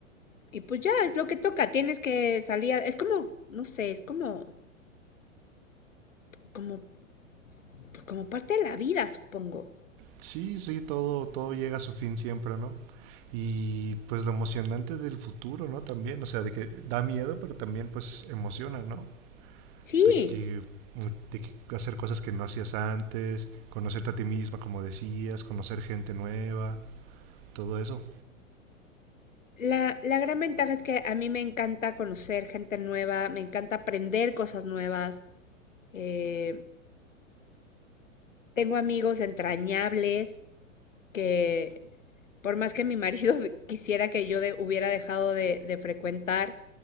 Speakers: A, on the left; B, on the right.
A: y pues ya es lo que toca, tienes que salir, a- es como, no sé, es como, como, pues como parte de la vida, supongo.
B: sí, sí, todo, todo llega a su fin siempre, ¿no? Y pues lo emocionante del futuro, ¿no? También, o sea, de que da miedo, pero también pues emociona, ¿no?
A: Sí,
B: De que, de que hacer cosas que no hacías antes, conocerte a ti misma, como decías, conocer gente nueva, todo eso.
A: la, la gran ventaja es que a mí me encanta conocer gente nueva, me encanta aprender cosas nuevas, eh, Tengo amigos entrañables que, por más que mi marido <laughs> quisiera que yo de- hubiera dejado de, de frecuentar,